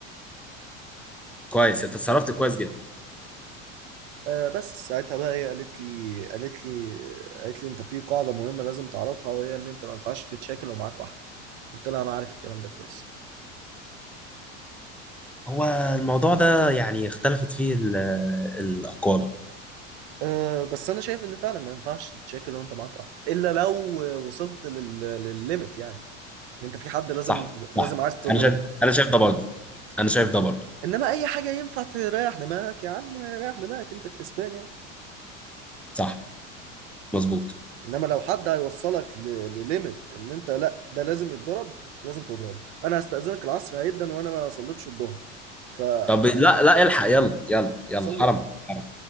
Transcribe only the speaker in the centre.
كويس انت اتصرفت كويس جدا
هو الموضوع ده يعني اختلفت فيه ال- الأقوال
صح
صح
انا شايف انا شايف ده برضه انا شايف ده برضه
صح مظبوط
طب لا لا الحق يلا يلا يلا
حرام حرام